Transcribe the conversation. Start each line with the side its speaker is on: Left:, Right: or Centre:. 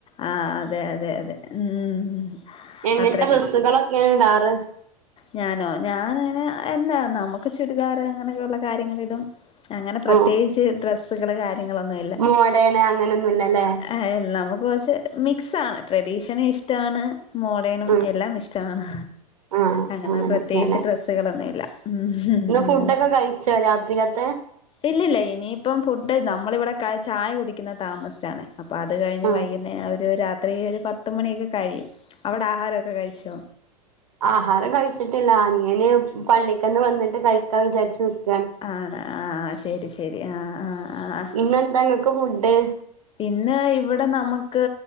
Left: ആ അതെ അതെ അതെ ഉം
Right: എങ്ങനത്തെ
Left: അത്രയ്ക്ക്
Right: ട്രസ്സുകളെക്കെയാണ് ഇടാറ്
Left: ഞാനോ ഞാനനെ എന്താ നമുക്ക് ചുരിദാർ അങ്ങനെയൊക്കെയുള്ള കാര്യങ്ങളിടും. അങ്ങനെ പ്രത്യേകിച്ച്
Right: ഓ
Left: ഡ്രസ്സ് <unintelligible>
Right: മോഡേണ് അങ്ങനൊന്നുല്ലല്ലേ
Left: <unintelligible> മിക്സാണ് ട്രഡീഷന് ഇഷ്ടാണ് മോഡേണും
Right: ഉം
Left: എല്ലാം ഇഷ്ടാണ്
Right: ആഹ്
Left: അങ്ങനെ
Right: അങ്ങനെയൊക്കെയല്ലേ
Left: പ്രത്യേകിച്ച് ഡ്രെസ്സുകളൊന്നുമില്ല ഉം
Right: ഇന്ന്
Left: ഉം
Right: ഫുഡൊക്കെ കഴിച്ചോ രാത്രികത്തെ
Left: ഇല്ലല്ല ഇനിയിപ്പം ഫു ട് നമ്മളിവിടെ ക ചായ കുടിക്കുന്ന താമസിച്ചാണേ അപ്പ അത് കഴിഞ്ഞ്
Right: ആഹ്
Left: വൈകുന്നേരം ഒരു രാ അത്ര ഒരു പത്തുമണിയൊക്കെ കഴിയും അവിടെ ആഹാരമൊക്കെ കഴിച്ചോ.
Right: ആഹാരം കഴിച്ചിട്ടി അനിയന് പള്ളിക്കന്ന് വന്നിട്ട് കഴി <unintelligible>
Left: ആണ് ആ ശരി ശരി ആഹ് ആഹ് ആഹ്
Right: ഇന്നെന്താ ഇങ്ങക്ക് ഫുഡ്
Left: പിന്നെ ഇവിടെ നമുക്ക്